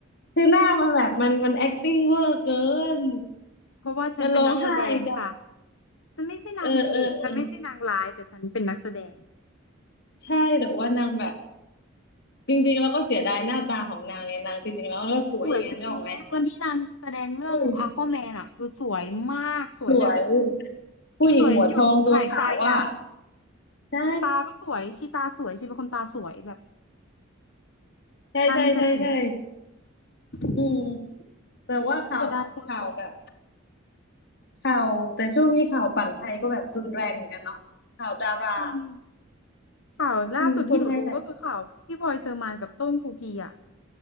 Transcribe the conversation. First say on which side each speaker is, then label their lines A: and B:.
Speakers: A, on the left; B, on the left.
A: คือหน้ามันแบบมันมัน acting เวอร์เกิน
B: เพราะว่าฉันเป็นนักแสดงค่ะ
A: จะร้องไห้จะ
B: ฉันไม่ใช่นางเอกฉันไม่ใช่นางร้ายแต่ฉันเป็นนักแสดง
A: เออเออเออใช่แต่ว่านางแบบจริงๆแล้วก็เสียดายหน้าตาของนางไงนางจริงๆแล้วก็สวยไงนึกออกไหม
B: สวยจริงๆเนาะตอนที่นางแสดงเรื่อง
A: อืม
B: Aquaman อ่ะคือสวยมากสวยแบบ
A: สวยผู้หญิงหัวทองตัวขาวว่า
B: สวยหยุดหายใจอ่ะ
A: ใช่
B: ตาก็สวยชีตาสวยชีเป็นคนตาสวยแบบ
A: ใช่ใช่ใช่ใช่
B: ตามีเสน่ห์
A: อืมแต่ว่าข่าวข่าวแบบ
B: เสียดายคนสวย
A: ข่าวแต่ช่วงนี้ข่าวฝั่งไทยก็แบบรุนแรงเหมือนกันเนาะข่าวดารา
B: อืมข่าวล่าสุดที่หนูดูก็คือข่าวพี่พลอยเชอร์มานกับโต้งทูพีอ่ะ
A: จริงคนไทยใส่